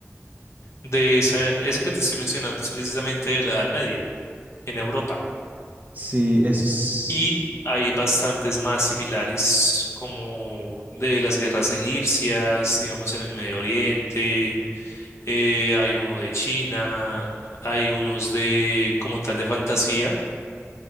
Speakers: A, on the left (about 65°); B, on the right (about 30°).
A: de esa, ese que te estoy mencionando es precisamente de la Edad Media en Europa.
B: Sí, eso es...
A: Y hay bastantes más similares, como de las guerras egipcias, digamos en el Medio Oriente, eh, hay uno de China, hay unos de como tal de fantasía